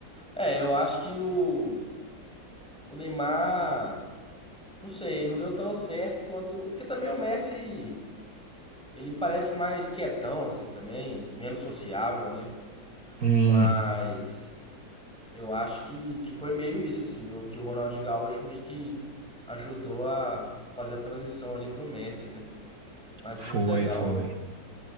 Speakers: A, in the centre; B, on the right.
A: É, eu acho que o O Neymar, não sei, não deu tão certo quanto. Porque também o Messi, ele parece mais quietão, assim, também, menos sociável, né?
B: Hum,
A: Mas eu acho que, que foi meio isso, assim, o que o Ronaldinho Gaúcho meio que ajudou a fazer a transição ali pro Messi, né? Mas
B: foi,
A: muito legal.
B: foi.